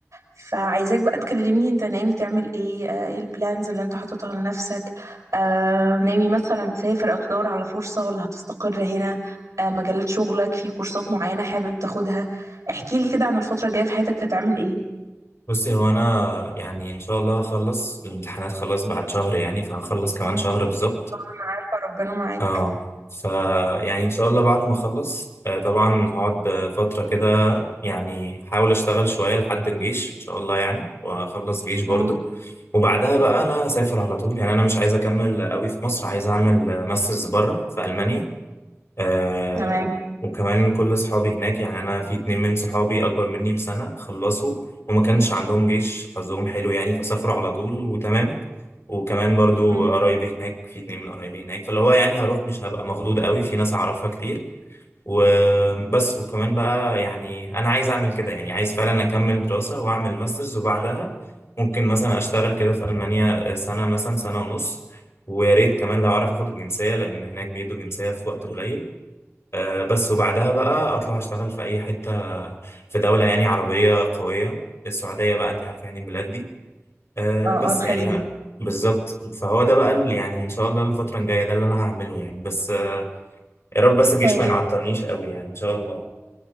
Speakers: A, on the right; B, on the left.
A: فعايزاك بقى تكلمني أنت ناوي تعمل إيه آه إيه البلانز اللي أنت حاططها لنفسك آه ناوي مثلا تسافر أو تدور على فرصة ولا هتستقر هنا آه مجالات شغلك في كورسات معينة حابب تاخدها احكيلي كده عن الفترة الجاية في حياتك هتعمل إيه
B: بصي هو انا يعني ان شاء الله هخلص الامتحانات خلاص بعد شهر يعني فهخلص كمان شهر بالظبط
A: طبعا انا عارفة ربنا معاك
B: اه ف يعني ان شاء الله بعد ما اخلص آه، طبعا هقعد آه، فتره كده يعني احاول اشتغل شويه لحد الجيش ان شاء الله يعني واخلص جيش برضو
A: مم.
B: وبعدها بقى انا اسافر على طول يعني انا مش عايز اكمل قوي في مصر عايز اعمل آه، ماسترز بره في المانيا آه
A: تمام
B: وكمان كل اصحابي هناك يعني انا في اتنين من صحابي اكبر مني بسنة خلصوا وما كانش عندهم جيش حظهم حلو يعني فسافروا على طول وتمام وكمان برضو
A: مم.
B: قرايبي هناك في اتنين من قرايبي هناك فاللي هو يعني هروح مش هبقى مخضوض قوي في ناس اعرفها كتير وبس وكمان بقى يعني انا عايز اعمل كده يعني عايز فعلا اكمل دراسة واعمل ماسترز وبعدها ممكن مثلا اشتغل كده في المانيا سنة مثلا سنة ونص ويا ريت كمان لو اعرف اخد الجنسية لان هناك بيدوا جنسية في وقت قليل آه، بس وبعدها بقى اطلع اشتغل في اي حته في دوله يعني عربيه قويه السعوديه بقى انت عارفه يعني البلاد دي آه،
A: اه
B: بس
A: اه الخليج
B: يعني ها- بالظبط فهو ده بقى اللي يعني ان شاء الله الفتره الجايه ده اللي انا هعمله يعني بس آه، يا رب بس الجيش
A: طيب
B: ما يعطلنيش قوي يعني ان شاء الله